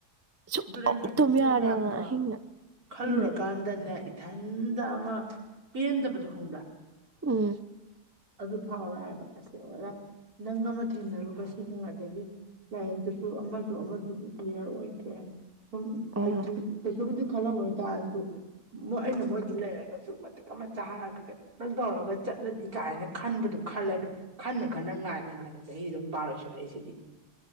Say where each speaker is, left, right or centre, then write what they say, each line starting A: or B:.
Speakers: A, on the right; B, on the right.
A: ꯁꯨꯛꯇꯨꯝ
B: ꯑꯗꯨꯗꯩꯅ ꯍꯥꯏꯁꯦ
A: ꯇꯨꯝ
B: ꯑꯗꯨꯒꯨꯝꯕ
A: ꯌꯥꯗꯅ
B: ꯃꯌꯥꯝꯗꯣ
A: ꯑꯍꯤꯡꯗ
B: ꯈꯜꯂꯨꯔꯀꯥꯟꯗꯅꯦ
A: ꯎꯝ
B: ꯏꯊꯟꯗ ꯑꯃ ꯄꯦꯟꯗꯕꯗꯣ ꯍꯣꯡꯕ꯭ꯔꯥ
A: ꯎꯝ
B: ꯑꯗꯨ ꯐꯥꯎꯋꯦ ꯍꯥꯏꯕ ꯑꯁꯦ ꯑꯣꯔꯥ ꯅꯪ ꯑꯃ ꯊꯦꯡꯅꯔꯨꯕꯁꯤꯅ ꯑꯗꯒꯤ ꯂꯥꯏꯔꯤꯛꯇ ꯂꯤꯌꯥ ꯑꯣꯏꯗ꯭ꯔꯦ ꯁꯨꯝ
A: ꯎꯝ
B: ꯍꯥꯏꯗꯤ ꯊ ꯈꯔꯂꯝ ꯃ ꯑꯣꯏ ꯇꯁꯨ ꯃꯣꯏ ꯑꯩꯅ ꯃꯣꯏꯗꯤ ꯂꯩꯔꯒꯁꯨ ꯃꯇꯤꯛ ꯑꯃ ꯆꯥꯔꯒ ꯀꯩꯅꯣꯝꯇꯪ ꯇꯧꯔꯒ ꯆꯠꯂꯅꯤ ꯀꯥꯏꯅ ꯈꯟꯕꯗꯨꯣ ꯈꯜꯂꯦ ꯑꯗꯨ ꯈꯟꯅ ꯈꯟꯅ ꯉꯥꯏꯅ ꯉꯥꯏꯅ ꯆꯍꯤ ꯑꯗꯨꯝ ꯕꯥꯔꯣꯏ ꯁꯂꯛꯏ ꯁꯤꯅꯤ